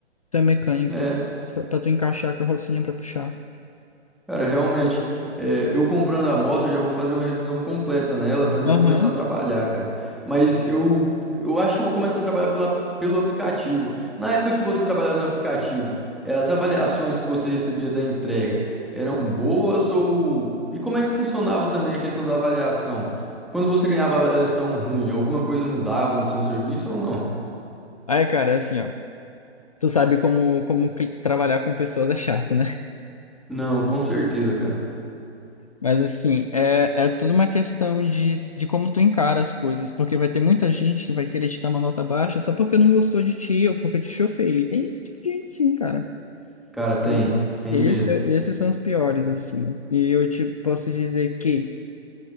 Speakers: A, on the left; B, in the centre.
A: tu é mecânico,
B: É.
A: tu, pra tu encaixar a carrocinha pra puxar.
B: Cara, realmente, é, eu comprando a moto, eu já vou fazer uma revisão completa nela pra mim
A: Aham.
B: começar a trabalhar, cara. Mas eu, eu acho que eu vou começar a trabalhar pelo, ap- pelo aplicativo. Na época que você trabalhava no aplicativo, é, as avaliações que você recebia da entrega eram boas ou... E como é que funcionava também a questão da avaliação? Quando você ganhava avaliação ruim, alguma coisa mudava no seu serviço ou não?
A: Aí, cara, é assim, ó. Tu sabe como, como cli- trabalhar com pessoas é chato, né? <laughs>
B: Não, com certeza, cara.
A: Mas assim, é, é tudo uma questão de, de como tu encara as coisas, porque vai ter muita gente que vai querer te dar uma nota baixa só porque não gostou de ti ou porque te achou feio. E tem esse tipo de gente sim, cara.
B: Cara, tem,
A: E
B: tem
A: Esse,
B: mesmo.
A: esses são os piores, assim. E eu te posso dizer que